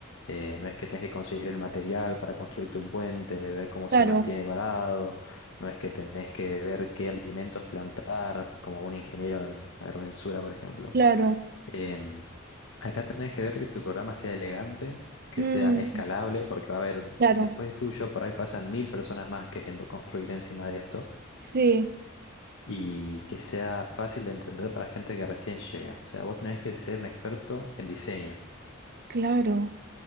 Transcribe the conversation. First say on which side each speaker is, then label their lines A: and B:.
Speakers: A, on the left (about 80°); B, on the right (about 50°).
A: eh, no es que tengas que conseguir el material para construir tu puente, ver cómo
B: claro,
A: se mantiene parado, no es que tenés que ver qué alimentos plantar, como un ingeniero en agrimensura, por ejemplo.
B: claro.
A: Em, acá tenés que ver que tu programa sea elegante, que
B: Mm,
A: sea escalable, porque va a haber,
B: claro,
A: después de tuyo, por ahí pasan mil personas más queriendo construir encima de esto
B: sí,
A: y que sea fácil de entender para gente que recién llega. O sea, vos tenés que ser un experto en diseño.
B: claro,